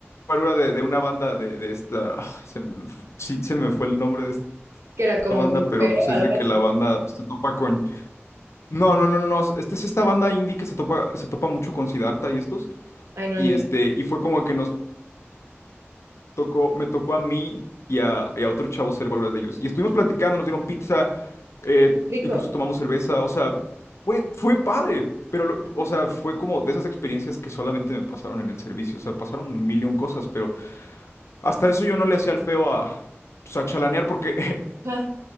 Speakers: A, on the left; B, on the right.
A: guarura de, de una banda de, de esta, ay, se me fu- sí, se me fue el nombre de esta
B: Que era como
A: banda,
B: grupero
A: pero pues
B: o
A: es
B: algo
A: de que
B: así.
A: la banda se topa con, no, no, no, no, no, esta es esta banda indie que se topa, se topa mucho con Siddhartha y estos.
B: Ay, no,
A: Y
B: ni idea.
A: este, y fue como que nos tocó, me tocó a mí y a, y a otro chavo ser huelgas de ellos. Y estuvimos platicando, nos dieron pizza, eh,
B: Rico.
A: incluso tomamos cerveza, o sea, fue, fue padre, pero, lo-
B: Ajá.
A: o sea, fue como de esas experiencias que solamente me pasaron en el servicio, o sea, pasaron un millón cosas, pero hasta eso yo no le hacía el feo a, pues, a chalanear porque <laughs>
B: Ajá.